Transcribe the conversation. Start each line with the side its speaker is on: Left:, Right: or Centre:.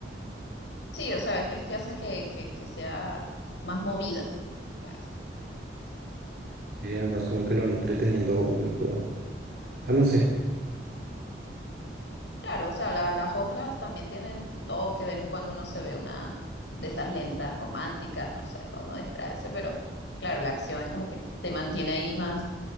Left: Sí, o sea, es que hacen que, que, que sea más movida. ¿sabes?
Right: Sí, además como que lo van entreteniendo a uno y todo. O sea, no sé,
Left: Claro, o sea, la- las otras también tienen su toque, de vez en cuando uno se ve una de esas lentas románticas, no sé, para uno distraerse, pero claro, la acción es como que te mantiene ahí más